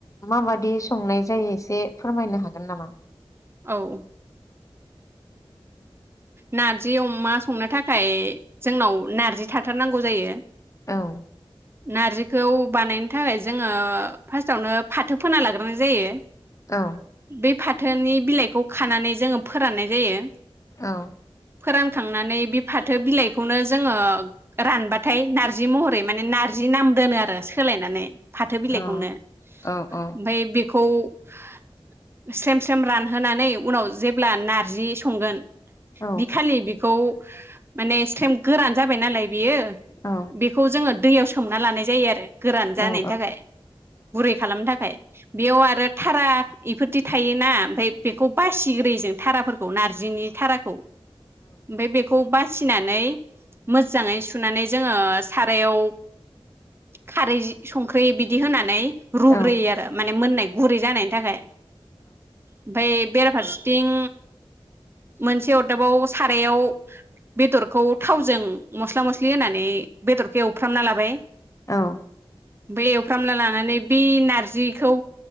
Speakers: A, on the left (about 30°); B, on the right (about 25°).
A: माबादि बिदि संनाय जायो एसे फोरमायनो हागोन नामा
B: औ नारजि अमा संनो थाखाय जोंनाव नारजि थाथारनांगौ जायो
A: औ
B: नारजिखौ बानायनो थाखाय जोङो फार्स्टावनो फाथो फोना लाग्रोनाय जायो
A: औ
B: बे फाथोनि बिलाइखौ खानानै जोङो फोराननाय जायो
A: औ
B: फोरानखांनानै बे फाथो बिलाइखौनो जोङो रानबाथाय नारजि महरै माने नारजि नाम दोनो आरो सोलायनानै फाथो बिलाइखौनो
A: औ
B: ओमफाय
A: औ औ
B: बेखौ खौ स्रेम स्रेम रानहोनानै उनाव जेब्ला नारजि संगोन
A: औ
B: बि खालि बेखौ माने स्रेम गोरान जाबाय नालाय बेयो
A: औ
B: बेखौ जोङो दैयाव सोमना लानाय जायो आरो गोरान जानायनि
A: औ
B: थाखाय गुरै खालामनो थाखाय बेयाव आरो थारा इफोर थायोना ओमफ्राय बेखौ बासिग्रोयो जों थाराफोरखौ खौ नारजिनि थाराखौ ओमफाय बेखौ बासिनानै मोजाङै सुनानै जोङो सारायाव खारै संख्रि बिदि होनानै रुग्रोयो
A: औ
B: आरो माने मोननाय गुरै जानायनि थाखाय ओमफाय बेराफारसेथिं मोनसे अरदाबाव सारायाव बेदरखौ थावजों मस्ला मस्लि होनानै बेदरखौ एवफ्रामना लाबाय
A: औ
B: बे एउफ्रामना लानानै बे नारजिखौ